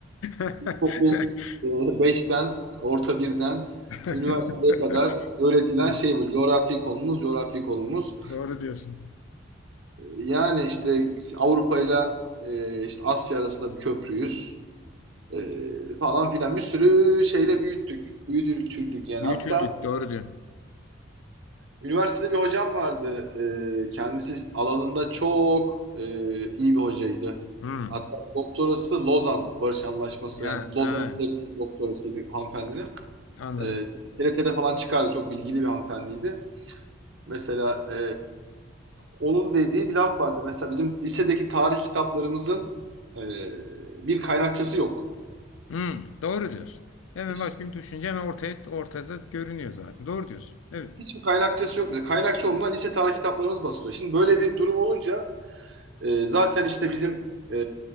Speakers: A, on the left (about 85°); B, on the right (about 65°).
A: <laughs>
B: okul 5'ten orta birden
A: <laughs>
B: işte üniversiteye kadar öğretilen
A: Evet,
B: şey bu coğrafi konumuz coğrafi konumuz.
A: doğru diyorsun.
B: E, Yani işte Avrupa ile e, işte Asya arasında bir köprüyüz. Ee, falan filan bir sürü şeyle büyüttük. Büyütüldük yani.
A: Büyütüldük,
B: Hatta
A: doğru diyorsun.
B: üniversitede bir hocam vardı. Ee, kendisi alanında çok e, iyi bir hocaydı.
A: Hmm.
B: Hatta doktorası Lozan Barış Anlaşması
A: Ya,
B: yani Lozan
A: ha,
B: üzerine doktorasıydı hanımefendinin.
A: anladım.
B: Ee, TRT'de falan çıkardı. Çok bilgili bir hanımefendiydi. Mesela e, onun dediği bir laf vardı. Mesela bizim lisedeki tarih kitaplarımızın e, bir kaynakçası yok.
A: Hmm, doğru diyorsun. Hemen
B: Hiç
A: bak şimdi düşünce hemen ortaya, ortada görünüyor zaten. Doğru diyorsun. Evet.
B: Hiçbir kaynakçası yok. Mesela Kaynakçı olmadan lise tarih kitaplarımız basılıyor. Şimdi böyle bir durum olunca e, zaten işte bizim e,